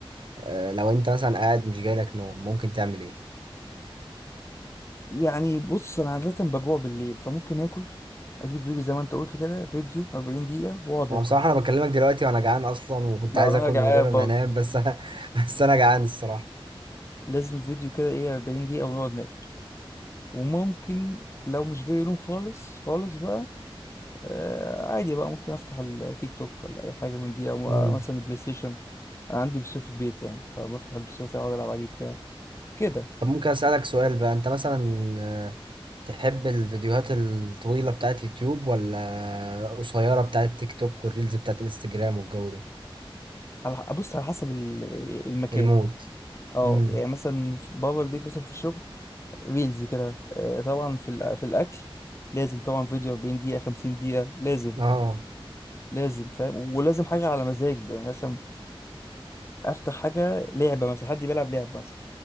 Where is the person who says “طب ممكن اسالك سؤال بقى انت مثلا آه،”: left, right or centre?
Right